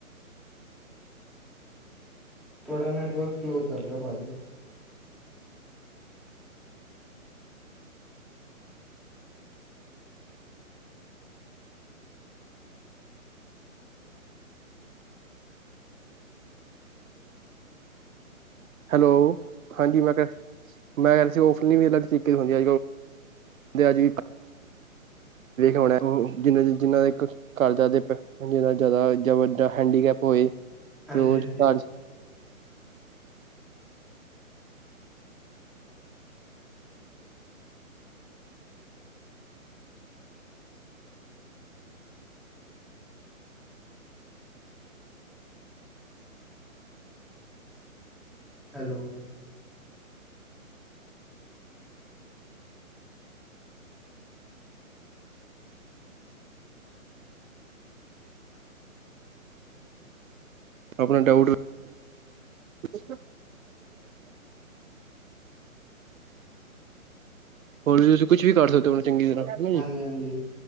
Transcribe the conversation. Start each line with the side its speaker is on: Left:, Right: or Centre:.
Centre: ਤੁਹਾਡਾ ਨੈਟਵਰਕ ਸਲੋ ਚੱਲ ਰਿਹਾ ਭਾਅ ਜੀ।
Right: ਹੈਲੋ, ਹਾਂਜੀ। ਮੈਂ ਕਿਹਾ, ਮੈਂ ਕਿਹਾ ਸੀ। ਓਫਨਲੀ ਵੀ ਅਲੱਗ ਤਰੀਕੇ ਦੀ ਹੁੰਦੀ। ਅੱਜ ਵੇਖ ਹੋਣਾ। ਜਿੰਨਾ, ਜਿੰਨਾ ਦਾ ਇੱਕ ਘਰ ਜ਼ਿਆਦਾ ਵੱਡਾ ਹੈਂਡੀਕੈਪ ਹੋਏ
Centre: ਹਾਂਜੀ
Right: ਉਹ
Centre: ਹਾਂਜੀ
Right: ਘਰ
Centre: ਹੈਲੋ,
Right: ਆਪਣਾ ਡਾਊਟ। <unintelligible> ਹੋਰ ਵੀ ਤੁਸੀਂ ਕੁਛ ਵੀ ਕਰ ਸਕਦੇ ਹੋ ਚੰਗੀ ਤਰ੍ਹਾਂ। ਹਨਾ
Centre: ਹਾਂਜੀ-ਹਾਂਜੀ
Right: ਜੀ।